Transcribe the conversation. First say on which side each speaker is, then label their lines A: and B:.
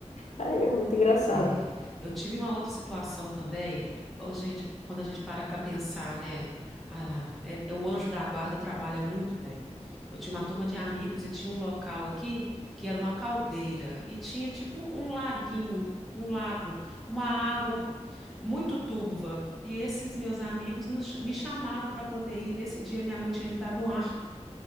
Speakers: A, on the left (about 75°); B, in the centre.
A: Aí é muito engraçado.
B: É, eu tive uma outra situação também. Ô, gente, quando a gente para para pensar, né? Ah, é, é, o anjo da guarda trabalha muito bem. Eu tinha uma turma de amigos e tinha um local aqui que era uma caldeira e tinha tipo um laguinho, um lago, uma água muito turva. E esses meus amigos me chamaram para poder ir. Nesse dia, minha mãe tinha me dado um arco,